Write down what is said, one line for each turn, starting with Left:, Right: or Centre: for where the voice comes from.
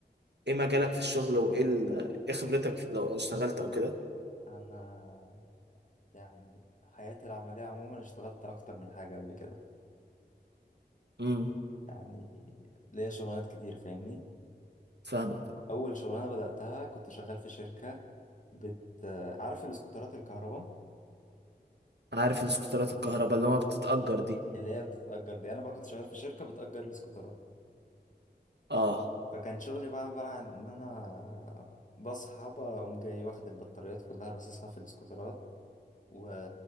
Right: ايه مجالك في الشغل وايه ال- ايه خبرتك في- لو اشتغلت او كده
Left: انا يعني حياتي العمليه عموما اشتغلت اكتر من حاجه قبل كده
Right: امم
Left: يعني ليا شغلانات كتير فاهمني
Right: فاهمك
Left: اول شغلانه بداتها كنت شغال في شركه بت عارف الاسكوترات الكهرباء
Right: عارف الاسكوترات الكهرباء اللي هو بتتأجر دي
Left: اللي هي بتتأجر دي انا بقى كنت شغال في شركه بتأجر الاسكوترات
Right: اه
Left: فكان شغلي بقى عباره عن ان انا بصحى بقوم جاي واخد البطاريات كلها راصصها في الاسكوترات و...